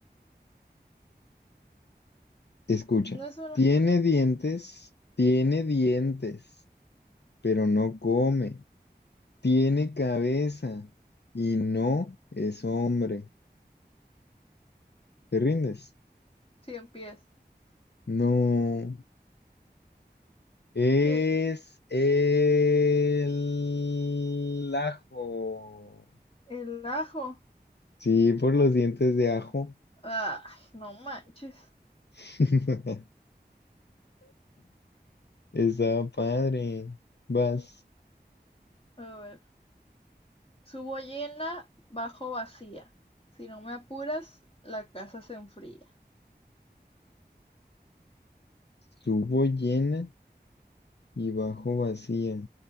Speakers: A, on the left; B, on the left.
A: Escucha.
B: no es una
A: Tiene dientes, tiene dientes, pero no come. Tiene cabeza y no es hombre. ¿Te rindes?
B: cien pies.
A: No. Es
B: ¿Qué?
A: el ajo.
B: El ajo.
A: Sí, por los dientes de ajo.
B: Ay, no manches.
A: <laughs> Estaba padre. Vas,
B: A ver. Subo llena, bajo vacía. Si no me apuras, la casa se enfría.
A: subo llena y bajo vacía.